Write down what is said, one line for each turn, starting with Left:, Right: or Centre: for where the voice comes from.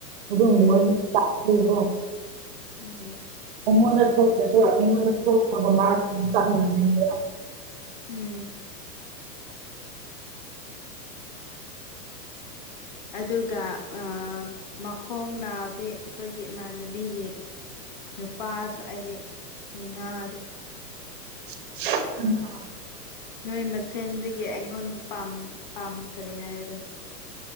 Right: ꯑꯗꯨꯒꯨꯝꯕ
Left: ꯎꯝ
Right: ꯃꯣꯢ ꯇꯥꯁ ꯄꯤꯕ꯭ꯔꯣ
Left: ꯎꯝ
Right: ꯑꯩꯉꯣꯟꯗ ꯊꯣꯛꯇ꯭ꯔꯁꯨ ꯑꯩꯉꯣꯟꯗ ꯊꯣꯛꯄꯒ ꯃꯥ ꯑꯗꯨꯝ ꯆꯞ ꯃꯥꯟꯅꯩꯕ
Left: ꯎꯝ ꯑꯗꯨꯒ ꯑꯥ ꯃꯈꯣꯡ ꯅꯥꯕꯤ ꯑꯩꯈꯣꯏꯒꯤ ꯏꯃꯥꯟꯅꯕꯤꯒꯤ ꯅꯨꯄꯥꯁꯨ ꯑꯩꯗꯤ ꯍꯩꯅꯥꯗꯦ
Right: <inaudible>
Left: ꯅꯣꯏ ꯃꯁꯦꯟꯗꯒꯤ ꯑꯩꯉꯣꯟꯕꯨ ꯄꯥꯝ ꯄꯥꯝ ꯀꯔꯤ ꯍꯥꯏꯌꯦꯗꯣ